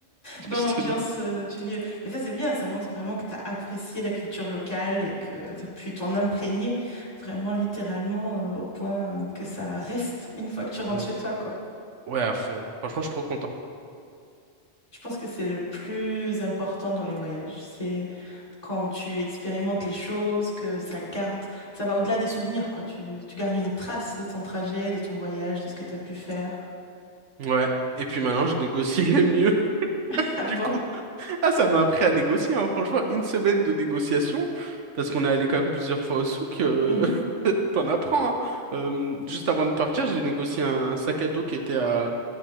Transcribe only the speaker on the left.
dans
l'ambiance
euh, du lieu. Mais ça, c'est bien, ça montre vraiment que t'as apprécié la culture locale et que t'as pu t'en imprégner vraiment littéralement euh, au point que ça reste une fois que tu rentres
chez toi, quoi.
Je pense que c'est le plus important dans les voyages. C'est quand tu expérimentes les choses, que ça garde, ça va au-delà des souvenirs, quoi. Tu, tu gardes une trace de ton trajet, de ton voyage, de ce que tu as pu faire.
<laughs> Ah
bon?
Mhm.